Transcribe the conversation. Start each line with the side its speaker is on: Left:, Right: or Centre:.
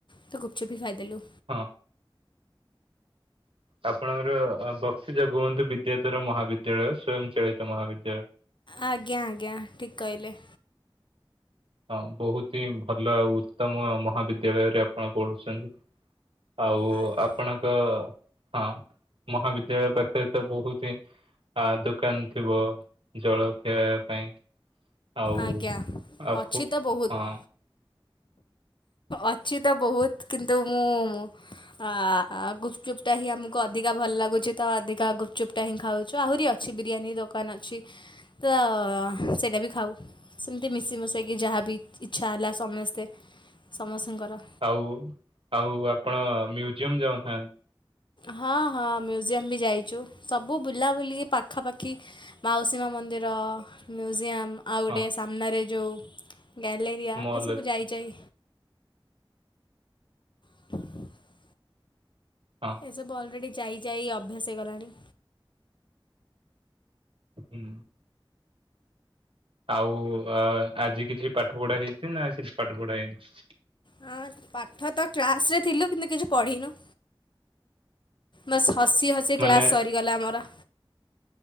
Left: ତ ଗୁପଚୁପି ଖାଇଦେଲୁ।
Right: ହଁ। ଆପଣଙ୍କର ବକ୍ସି ଜଗବନ୍ଧୁ ବିଦ୍ୟାଧର ମହାବିଦ୍ୟାଳୟ ସ୍ଵୟଂଚାଳିତ ମହାବିଦ୍ୟାଳୟ।
Left: ଆଜ୍ଞା ଆଜ୍ଞା ଠିକ କହିଲେ।
Right: ହଁ ବହୁତ ହିଁ ଭଲ ଆଉ ଉତ୍ତମ ମହାବିଦ୍ୟାଳୟରେ ଆପଣ ପଢୁଛନ୍ତି। ଆଉ
Left: ଆ-
Right: ଆପଣଙ୍କ ହଁ ମହାବିଦ୍ୟାଳୟ ପାଖରେ ତ ବହୁତ ହିଁ। ଆ ଦୋକାନ ଥିବ ଜଳଖିଆବା ପାଇଁ ଆଉ
Left: ଆଜ୍ଞା
Right: ଆକୁ
Left: ଅଛି ତ ବହୁତ।
Right: <inaudible>
Left: ଅଛି ତ ବହୁତ କିନ୍ତୁ ମୁଁ ଅ ଗୁପଚୁପ୍ ଟା ହିଁ ଆମକୁ ଅଧିକା ଭଲ ଲାଗୁଛି ତ ଅଧିକା ଗୁପଚୁପ୍ ଟା ହିଁ ଖାଉଛୁ ଆହୁରି ଅଛି ବିରିୟାନୀ ଦୋକାନ ଅଛି ତ ସେଇଟା ବି ଖାଉ। ସେମିତି ମିଶିମଶାଇକି ଯାହା ବିି ଇଚ୍ଛା ହେଲା ସମସ୍ତେ ସମସ୍ତଙ୍କର
Right: ଆଉ ଆଉ ଆପଣ ମ୍ୟୁଜିୟମ ଯାଉନାହାନ୍ତି।
Left: ହଁ ହଁ ମ୍ୟୁଜିୟମ ବି ଯାଇଛୁ ସବୁ ବୁଲାବୁଲି ପାଖାପାଖି। ମାଉସୀମା ମନ୍ଦିର ମ୍ୟୁଜିୟମ୍। ଆଉ ଗୋଟେ
Right: ହଁ
Left: ସାମ୍ନାରେ ଯେଉଁ ଗ୍ୟାଲେରିଆ
Right: ମଲ
Left: ଏସବୁ
Right: ଅଛି
Left: ଯାଇଯାଇ। <inaudible>
Right: ହଁ
Left: ଏସବୁ ଅଲରେଡ଼ି ଯାଇ ଯାଇ ଅଭ୍ୟାସ ହେଇଗଲାଣି।
Right: ହୁଁ। ଆଉ ଅ ଆଜି କିଛି ପାଠ ପଢା ହେଇଛି ନା କିଛି ପାଠ ପଢା ହେଇନି।
Left: ହଁ ପାଠ ତ କ୍ଲାସ ରେ ଥିଲୁ କିନ୍ତୁ କିଛି ପଢିନୁ। ବାସ୍ ହସି ହସି
Right: ମାନେ
Left: କ୍ଳାସ ସରିଗଲା ଆମର।